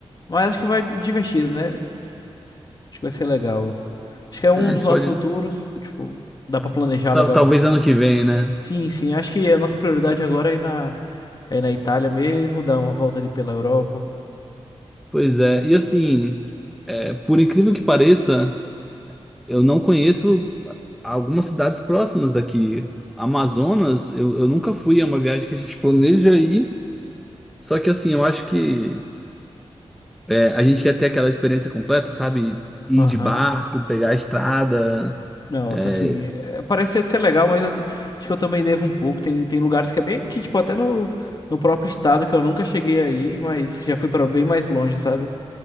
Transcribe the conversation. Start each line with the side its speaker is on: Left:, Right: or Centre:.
Left: mas acho que vai divertido, né? Acho que vai ser legal. Acho que é um
Centre: é, a
Left: dos
Centre: gente
Left: nossos
Centre: pode.
Left: futuros, tipo, dá pra planejar
Centre: tal-
Left: legalzinho.
Centre: talvez ano que vem, né?
Left: Sim, sim. Acho que a nossa prioridade agora é ir na, é na Itália mesmo, dar uma volta ali pela Europa.
Centre: Pois é. E assim, é, por incrível que pareça, eu não conheço algumas cidades próximas daqui. Amazonas, eu, eu nunca fui, é uma viagem que a gente planeja ir. Só que assim, eu acho que. É, a gente quer ter aquela experiência completa, sabe? Ir
Left: Aham.
Centre: de barco, pegar a estrada.
Left: Nossa,
Centre: é.
Left: assim, é, parece ser ser legal, mas eu t- acho que eu também devo um pouco. Tem, tem lugares que é bem aqui, tipo, até no, no próprio estado que eu nunca cheguei aí, mas já fui para bem mais longe, sabe?